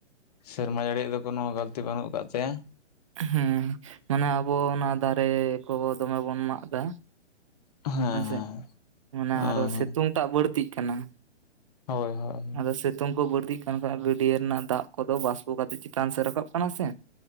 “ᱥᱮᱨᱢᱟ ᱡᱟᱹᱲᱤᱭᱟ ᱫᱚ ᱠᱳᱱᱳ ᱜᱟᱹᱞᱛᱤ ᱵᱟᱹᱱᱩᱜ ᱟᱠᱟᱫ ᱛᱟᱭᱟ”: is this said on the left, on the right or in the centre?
Left